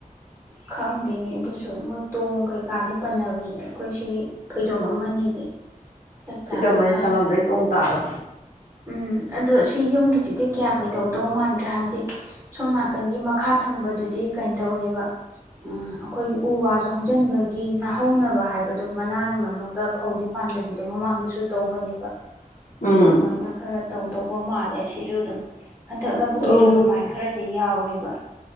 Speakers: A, on the right (about 20°); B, on the left (about 70°).
A: ꯈꯪꯗꯦꯅꯤ ꯑꯗꯨꯁꯨ ꯃꯣꯏ ꯇꯣꯡ ꯀꯩꯀꯥꯗꯤ ꯄꯟꯅꯕꯅꯦ ꯑꯩꯈꯣꯏ ꯁꯤꯒꯤ ꯐꯩꯗꯣꯝ ꯑꯃꯅꯤꯁꯦ ꯆꯞ ꯆꯥꯕꯤ
B: ꯐꯩꯇꯧꯃꯅꯤ
A: ꯈꯪꯗ꯭ꯔꯦ
B: ꯁꯪꯒꯝꯗꯩ ꯇꯣꯡ ꯇꯥꯕ
A: ꯎꯝ ꯑꯗꯣ ꯁꯤ ꯌꯨꯝꯒꯤꯁꯤꯗꯤ ꯀꯌꯥ ꯀꯩꯗꯧꯗꯧ ꯃꯥꯥꯟꯕꯦ ꯍꯥꯏꯕꯗꯤ ꯁꯣꯝ ꯅꯥꯀꯟꯒꯤ ꯥ ꯊꯪꯕꯗꯨꯗꯤ ꯀꯩꯅ ꯇꯧꯔꯦꯕ ꯑꯩꯈꯣꯏꯒꯤ ꯎ ꯋꯥꯁꯨ ꯍꯧꯖꯤꯟꯕꯒꯤ ꯅꯥꯍꯧꯅꯕ ꯍꯥꯏꯕꯗꯣ ꯃꯅꯥꯅ ꯉꯝꯃꯒ ꯐꯧꯗꯤ ꯄꯥꯝꯗꯕꯤꯗꯣ ꯃꯃꯥꯡꯗ ꯁꯨ ꯇꯧꯕꯅꯦꯕ
B: ꯎꯝ
A: ꯑꯗꯨꯃꯥꯏꯅ ꯈꯔ ꯇꯧꯗꯧꯕ ꯃꯥꯜꯂꯦ ꯁꯤꯁꯨ ꯑꯗꯨꯝ ꯍꯟꯗꯛ ꯂꯧꯕꯨꯛꯀꯤꯁꯨ
B: ꯑꯣ
A: ꯑꯗꯨꯃꯥꯏ ꯈꯔꯗꯤ ꯌꯥꯎꯔꯦꯕ